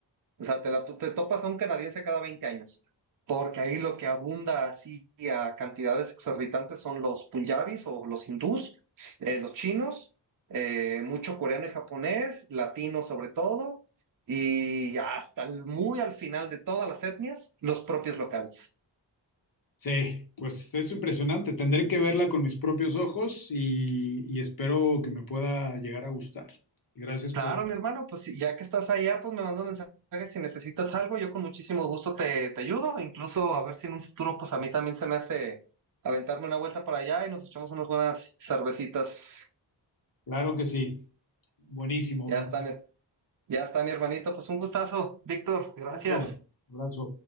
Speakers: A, on the right; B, on the left.
A: O sea, te, la, tú te topas a un canadiense cada 20 años. Porque ahí lo que abunda así a cantidades exorbitantes son los punjabis o los hindús, eh, los chinos, eh, mucho coreano y japonés, latino sobre todo, y hasta el- muy al final de todas las etnias, los propios locales.
B: Sí, pues es impresionante, tendré que verla con mis propios ojos y, y espero que me pueda llegar a gustar. Gracias
A: Claro,
B: por...
A: mi hermano, pues sí, ya que estás allá, pues me mandas mensajes si necesitas algo, yo con muchísimo gusto te, te ayudo, incluso a ver si en un futuro, pues a mí también se me hace aventarme una vuelta para allá y nos echamos unas buenas cervecitas.
B: Claro que sí, buenísimo,
A: Ya
B: don.
A: está, mi- ya está mi hermanito, pues un gustazo, Víctor, gracias.
B: Abrazo, abrazo.